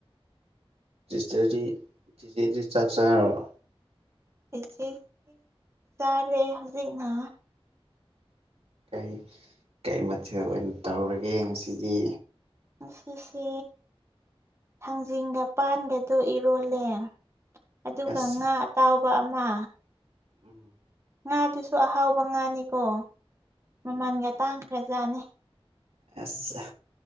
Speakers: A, on the right; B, on the right.
A: ꯇꯤꯁꯇꯔꯗꯤ ꯇꯤꯇꯔꯗꯤ ꯆꯥꯛ ꯆꯥꯔꯕꯣ
B: ꯑꯩꯆꯦ ꯆꯥꯔꯦ ꯍꯧꯖꯤꯛꯅ
A: ꯀꯔꯤ ꯀꯔꯤ ꯃꯊꯦꯜ ꯑꯣꯏꯅ ꯇꯧꯔꯒꯦ ꯉꯁꯤꯗꯤ
B: ꯉꯁꯤꯁꯦ ꯊꯥꯡꯖꯤꯡꯒ ꯄꯥꯟꯕꯗꯨ ꯏꯔꯣꯜꯂꯦ ꯑꯗꯨꯒ
A: ꯑꯁ
B: ꯉꯥ ꯑꯇꯥꯎꯕ ꯑꯃ
A: ꯎꯝ
B: ꯉꯥꯗꯨꯁꯨ ꯑꯍꯥꯎꯕ ꯉꯥꯅꯤꯀꯣ ꯃꯃꯜꯒ
A: ꯎꯝ
B: ꯇꯥꯡꯈ꯭ꯔꯖꯥꯠꯅꯤ
A: ꯑꯁ